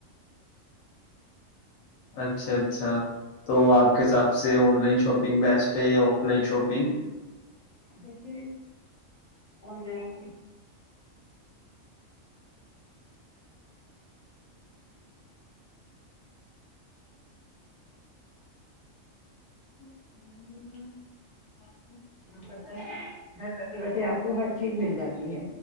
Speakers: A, on the left; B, on the left.
A: اچھا اچھا تو آپ کے حساب سے آن لائن شاپنگ بیسٹ ہے یا آف لائن شاپنگ
B: جبیک آن لائن
A: <inaudible>
B: فائدے ہیں، بیٹھے بیٹھے آپ کو ہر چیز مل جاتی ہے